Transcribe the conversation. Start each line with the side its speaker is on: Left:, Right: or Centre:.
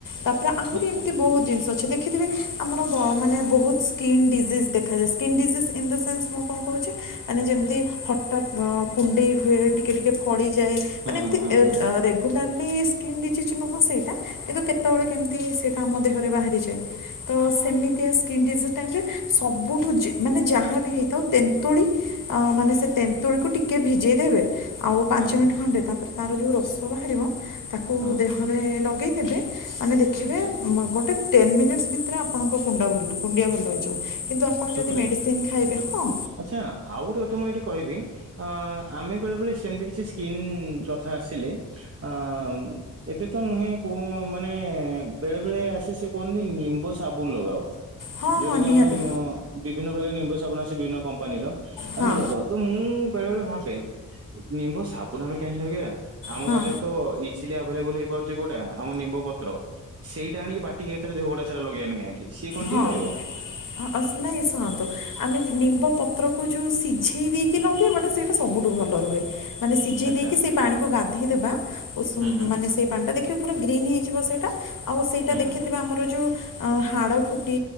Left: ତାପରେ ଆହୁରି
Right: ଆଚ୍ଛା
Left: ଏମିତି ବହୁତ ଜିନିଷ ଅ ଦେଖିଥିବେ ଆମର ମାନେ ବହୁତ ସ୍କିନ୍ ଡିଜିଜ ଦେଖାଯାଏ skin disease in the sense ମୁଁ କଣ କହୁଛି ମାନେ ଯେମିତି ହଠାତ୍ କୁଣ୍ଡେଇ ହୁଏ ଟିକେ ଟିକେ ଫଳି ମାନେ
Right: ହୁଁ
Left: ଏମତି
Right: ହୁଁ ହୁଁ ହୁଁ
Left: ରେଗୁଲାର୍ ନୁହେଁ ସ୍କିନ୍ ଡିଜିଜ କିଛି ନୁହଁ ସେଇଟା କିନ୍ତୁ କେତେବେଳେ କେମିତି ସେଇଟା ଆମ ଦେହରେ ବାହାରିଯାଏ। ତ ସେମିତିଆ ସ୍କିନ ଡିଜିଜ ଟାଇମ୍ ରେ ସବୁଠୁ ମାନେ ଯାହାବି ହେଇଥାଉ ତେନ୍ତୁଳି ମାନେ ସେ ତେନ୍ତୁଳିକୁ ଟିକେ ଭିଜେଇ ଦେବେ ଆଉ ପାଞ୍ଚ
Right: ହୁଁ ହୁଁ
Left: ମିନିଟ୍ ଖଣ୍ଡେ ତା ତାର ଯୋଉ ରସ ବାହାରିବ ତାକୁ
Right: ହୁଁ
Left: ଦେହରେ ଲଗେଇ ଏବେ ମାନେ ଦେଖିବେ
Right: ଆଚ୍ଛା
Left: ଗୋଟେ ଟେନ୍ ମିନିଟ ଭିତରେ ଆପଣଙ୍କ କୁଣ୍ଡା ଭଲ କୁଣ୍ଡିଆ ଭଲ ହେଇଯିବ। କିନ୍ତୁ ଆପଣ
Right: ସତରେ
Left: ଯଦି ମେଡ଼ିସିନ୍ ଖାଇବେ ହଁ
Right: ଆଚ୍ଛା ଆଉ ଗୋଟେ କଥା ମୁଁ ଏଇଠି କହିବି ଅ ଆମେ ବେଳେ ବଳେ ସେମତି କିଛି ସ୍କିନ୍ କଥା ଆସିଲେ ଅ ଏବେ ତ ନୁହେଁ କୋଉ ମାନେ ବେଳେ ବେଳେ ଆସେ ସେ କୁହନ୍ତିନି ନିମ୍ବ ସାବୁନ ଲଗାଅ।
Left: ହଁ
Right: ଯୋଉଟା
Left: ହଁ
Right: କିି
Left: ନିହାତି
Right: ଆମର ମ ବିଭିନ୍ନ ପ୍ରକାର ନିମ୍ବ ଆସେ ବିଭିନ୍ନ କମ୍ପାନୀର।
Left: ହଁ
Right: ଆମେ ଲଗାଉ ତ ମୁଁ ବେଳେ ବେଳେ ଭାବେ ନିମ୍ବ ସାବୁନ ଆମେ କାହିଁ ଲଗେଇବା? ଆମ
Left: ହଁ
Right: ପାଖରେ ତ ଇଛ୍ ଇଲି ଆଭେଲେବୁଲ ହେଇପାରୁଚି କୋଉଟା ଆମ ନିମ୍ବ ପତ୍ର। ସେଇଟା ଆଣିକି ବାଟିିକି ଏଥେରେ ଦେହଉଡା ସେରା ଲଗେଇବାନ କାହିଁକି? ସିଏ କଣ
Left: ହଁ
Right: ଠିକ ରହିବ?
Left: ଅ- ଅ- ନାଇଁ ଶୁଣନ୍ତୁ ଆମେ ନିମ୍ବ ପତ୍ରକୁ ଯୋଉ ସିଝେଇ ଦେଇକି ଲଗେଇବାଟା ସେଇଟା ସବୁଠୁ ଭଲ ରୁହେ। ମାନେ ସିଝେଇ
Right: ଆଚ୍ଛା
Left: ଦେଇକି ସେଇ ପାଣିକୁ ଗାଧେଇଦେବା ଉଷୁମ
Right: ହୁଁ ହୁଁ
Left: ମାନେ ସେଇ ପାଣିଟା ଦେଖିବ ପୁରା ଗ୍ରୀନ୍ ହେଇଯିବ ସେଇଟା ଆଉ ସେଇଟା
Right: ହୁଁ
Left: ଦେଖିଥିବେ
Right: ହୁଁ
Left: ଆମର ଯୋଉ ଅ ହାଡ଼ ଫୁଟି